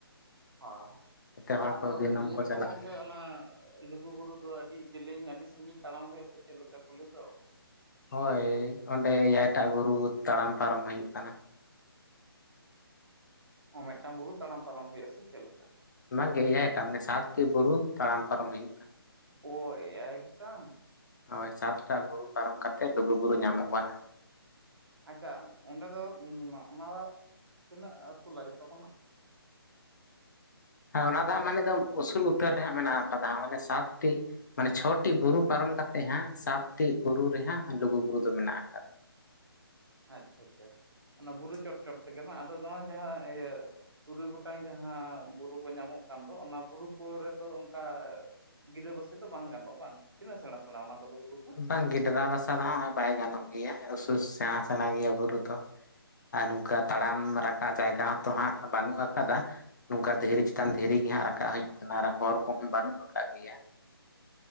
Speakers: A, on the right (about 70°); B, on the left (about 50°).
A: ᱦᱳᱭ, ᱵᱟᱝ
B: ᱦᱚᱲ
A: ᱟᱫᱚ
B: ᱠᱚ ᱫᱤᱱᱟᱹᱢ
A: ᱞᱟᱹᱭ
B: ᱠᱚ
A: ᱫᱚᱠᱚ
B: ᱪᱟᱞᱟᱜ
A: ᱜᱚᱢᱠᱮ
B: ᱜᱮᱭᱟ
A: ᱚᱱᱟ ᱞᱩᱜᱩ ᱵᱩᱨᱩ ᱫᱚ ᱟᱹᱰᱤ ᱡᱮᱞᱮᱧ ᱟᱹᱰᱤ ᱥᱟᱺᱜᱤᱧ ᱛᱟᱲᱟᱢ ᱦᱩᱭᱩᱜᱼᱟ ᱥᱮ ᱪᱮᱫ ᱞᱮᱠᱟ ᱞᱚ ᱞᱮᱭ ᱫᱚ?
B: ᱦᱳᱭ, ᱚᱸᱰᱮ ᱮᱭᱟᱭᱴᱟᱜ ᱵᱩᱨᱩ ᱛᱟᱲᱟᱢ ᱯᱟᱨᱚᱢ ᱦᱩᱭᱩᱜ ᱠᱟᱱᱟ ᱾
A: ᱚ ᱢᱤᱫᱴᱟᱝ ᱵᱩᱨᱩ ᱛᱟᱲᱟᱢ ᱯᱟᱨᱚᱢ ᱦᱩᱭᱩᱜᱼᱟ ᱥᱮ ᱪᱮᱫᱞᱮᱠᱟ?
B: ᱵᱟᱝᱜᱮ ᱮᱭᱟᱭ ᱴᱟᱜ ᱢᱟᱱᱮ ᱥᱟᱛᱴᱤ ᱵᱩᱨᱩ ᱛᱟᱲᱟᱢ ᱯᱟᱨᱚᱢ ᱦᱩᱭᱩᱜ ᱠᱷᱟᱱ ᱾
A: ᱳ ᱮᱭᱟᱭ ᱜᱚᱴᱟᱝ
B: ᱦᱳᱭ ᱥᱟᱛᱴᱟ ᱵᱩᱨᱩ ᱯᱟᱨᱚᱢ ᱠᱟᱛᱮᱜ ᱞᱩᱜᱩ ᱵᱩᱨᱩ ᱧᱟᱢᱚᱜ ᱠᱟᱱᱟ ᱾
A: ᱟᱪᱪᱷᱟ ᱚᱸᱰᱮ ᱫᱚ ᱩᱸ ᱚᱱᱟ ᱫᱚ ᱛᱤᱱᱟᱹᱜ ᱟᱹᱥᱩᱞᱟ ᱡᱚᱛᱚ ᱠᱷᱚᱱᱟᱜ?
B: ᱦᱮᱸ ᱚᱱᱟ ᱫᱚ ᱦᱟᱸᱜ ᱢᱟᱱᱮ ᱫᱚᱢ ᱩᱥᱩᱞ ᱩᱛᱟᱹᱨ ᱨᱮ ᱦᱟᱸᱜ ᱢᱮᱱᱟᱜ ᱟᱠᱟᱫᱟ ᱢᱟᱱᱮ ᱥᱟᱛᱴᱤ ᱢᱟᱱᱮ ᱪᱷᱚᱴᱤ ᱵᱩᱨᱩ ᱯᱟᱨᱚᱢ ᱠᱟᱛᱮᱜ ᱦᱟᱸᱜ ᱥᱟᱛ ᱴᱤ ᱵᱩᱨᱩ ᱨᱮ ᱦᱟᱸᱜ ᱞᱩᱜᱩ ᱵᱩᱨᱩ ᱫᱚ ᱢᱮᱱᱟᱜ ᱟᱠᱟᱫᱟ ᱾
A: ᱟᱪᱪᱷᱟ ᱟᱪᱪᱷᱟ,
B: ᱦᱩᱸ
A: ᱚᱱᱟ ᱵᱩᱨᱩ ᱪᱚᱴ ᱪᱚᱴ ᱛᱮᱜᱮ ᱵᱟ ᱟᱫᱚ ᱱᱚᱣᱟ ᱡᱟᱦᱟᱸ ᱤᱭᱟᱹ ᱛᱩᱨᱩᱭ ᱜᱚᱴᱟᱝ ᱡᱟᱦᱟᱸ ᱵᱩᱨᱩ ᱠᱚ ᱧᱟᱢᱚᱜ ᱠᱟᱱ ᱫᱚ ᱚᱱᱟ ᱵᱩᱨᱩ ᱠᱚᱨᱮ ᱫᱚ ᱚᱝᱠᱟ ᱜᱤᱨᱟᱹ ᱵᱟᱹᱥᱤ ᱫᱚ ᱵᱟᱝ ᱜᱟᱱᱚᱜᱼᱟ ᱵᱟᱝ? ᱛᱤᱱᱟᱹᱜ ᱥᱮᱬᱟ ᱥᱮᱬᱟ ᱚᱱᱟ ᱠᱚᱫᱚ ᱵᱩᱨᱩ ᱫᱚ‌?
B: ᱵᱟᱝᱜᱤ ᱰᱮᱨᱟ ᱵᱟᱥᱟ ᱫᱚ ᱦᱚᱸᱜ ᱼᱚᱭ ᱵᱟᱭ ᱜᱟᱱᱚᱜ ᱜᱮᱭᱟ ᱩᱥᱩᱥ ᱥᱮᱬᱟ ᱥᱮᱬᱟ ᱜᱮᱭᱟ ᱵᱩᱨᱩ ᱫᱚ ᱾ ᱟᱨ ᱱᱚᱝᱠᱟ ᱛᱟᱲᱟᱢ ᱨᱟᱠᱟᱵ ᱡᱟᱭᱜᱟ ᱦᱚᱸᱛᱚ ᱦᱟᱸᱜ ᱵᱟᱹᱱᱩᱜ ᱟᱠᱟᱫᱟ ᱾ ᱱᱚᱝᱠᱟ ᱫᱷᱤᱨᱤ ᱪᱮᱛᱟᱱ ᱫᱷᱤᱨᱤ ᱜᱮ ᱦᱟᱸᱜ ᱨᱟᱠᱟᱜ ᱦᱩᱭᱩᱜ ᱠᱟᱱᱟ ᱟᱨ ᱦᱚᱨ ᱠᱚᱦᱚᱸ ᱵᱟᱹᱱᱩᱜ ᱟᱠᱟᱫ ᱜᱮᱭᱟ ᱾